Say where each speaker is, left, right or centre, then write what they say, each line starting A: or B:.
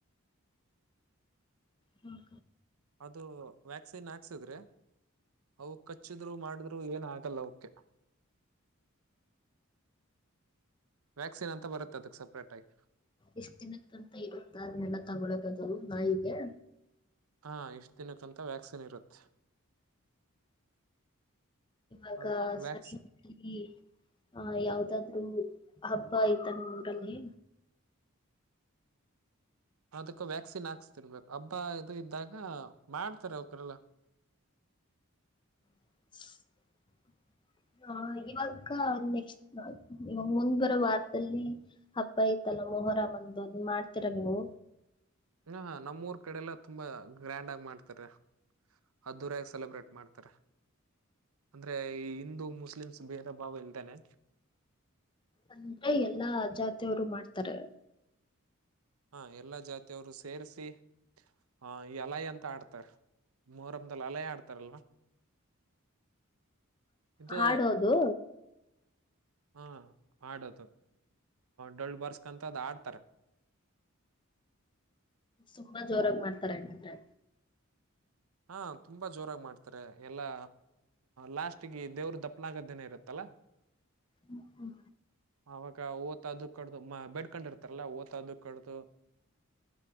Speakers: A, on the left; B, on the right.
A: ಹ್ಮ್
B: ಅದು ವ್ಯಾಕ್ಸಿನ್ ಹಾಕ್ಸಿದ್ರೆ ಅವು ಕಚ್ಚಿದ್ರು ಮಾಡಿದ್ರು ಏನ್ ಆಗಲ್ಲ ಅವ <inaudible> ವ್ಯಾಕ್ಸಿನ್ ಅಂತ ಬರುತ್ತದಕ್ ಸಪ್ರೇಟ್ ಆಗಿ
A: ಎಷ್ಟ ದಿನಕ್ಕಂತ ಇರುತ್ತೆ ಅದನ್ನೆಲ್ಲ ತಗೊಳೋಕದು ನಾಯಿಗೆ
B: ಹಾ ಇಷ್ಟು ದಿನಕ್ಕಂತ ವ್ಯಾಕ್ಸಿನ್ ಇರುತ್ತೆ
A: ಆಗ
B: ಅದು
A: ಸರಿ
B: ವ್ಯಾಕ್ಸ್
A: ಈ ಆ ಯಾವ್ದಾದ್ರು ಹಬ್ಬ ಆಯ್ತಾ ನಿಮ್ಮ ಊರಲ್ಲಿ
B: ಅದಕ್ಕ ವ್ಯಾಕ್ಸಿನ್ ಹಾಕ್ಸ್ತಿರ್ಬೇಕು ಹಬ್ಬ ಇದು ಇದ್ದಾಗ ಮಾಡ್ತಾರೆ ಅವಕರೆಲ್ಲ
A: <inaudible> ಹ ಇವಾಗ ನೆಕ್ಸ್ಟ್ ಇವಾಗ ಮುಂದ್ ಬರೋ ವಾರದಲ್ಲಿ ಹಬ್ಬಐತಲ್ಲ ಮೊಹರ ಅಂದು ಅದು ಮಾಡ್ತೀರಾ ನೀವು
B: ಇ ನಮ್ಮ್ಊರ್ ಕಡೆ ಎಲ್ಲಾ ತುಂಬಾ ಗ್ರ್ಯಾಂಡ್ ಆಗಿ ಮಾಡ್ತಾರೆ ಅದ್ದೂರಯಾಗ್ ಸೆಲೆಬ್ರೇಟ್ ಮಾಡ್ತಾರ ಅಂದ್ರೆ ಈ ಹಿಂದೂ ಮುಸ್ಲಿಮ್ಸ್ ಭೇದ ಭಾವ ಇಲ್ದಾನನೆ
A: ಅಂದ್ರೆ ಎಲ್ಲಾ ಜಾತಿಯವರು ಮಾಡ್ತಾರೆ
B: ಹ ಎಲ್ಲಾ ಜಾತಿಯವರು ಸೇರಿಸಿ ಆ ಈ ಅಲಾಯ ಅಂತ ಆಡ್ತಾರೆ- ಮೊಹರಂದಲಿ ಅಲ ಆಡ್ತಾರಲ್ವಾ ಇದು
A: ಹಾಡೋದು
B: ಹಾ ಆಡದು ಡೊಳ್ಳ ಬರ್ಸ್ಕಂತ ಅದ್ ಆಡ್ತಾರೆ
A: ತುಂಬಾ ಜೋರಾಗಿ ಮಾಡ್ತಾರೆ ಹೆಂಗಂದ್ರೆ
B: ಹಾ ತುಂಬಾ ಜೋರಾಗಿ ಮಾಡ್ತಾರೆ ಎಲ್ಲಾ ಲಾಸ್ಟ್ಗೆ ದೇವ್ರ ದಪ್ಪನಾಗದನೇ ಇರುತ್ತಲ್ಲಾ
A: ಹ್ಮ ಹ್ಮ
B: ಆವಾಗ ಓತದು ಕಡ್ದು ಮ ಬಡ್ಕೊಂಡಿರ್ತಾರಲ್ಲ ಓತದು ಕಡ್ದು